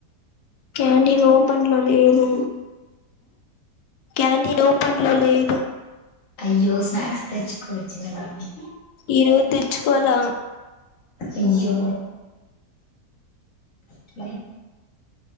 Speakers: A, on the left; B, on the left.
A: క్యాంటీన్ ఓపెన్లో లేదు క్యాంటీన్ ఓపెన్లో లేదు
B: అయ్యో స్నాక్స్ తెచ్చుకోవచ్చు కదని
A: ఈ రోజు తెచ్చుకోవాలా
B: అయ్యో తిని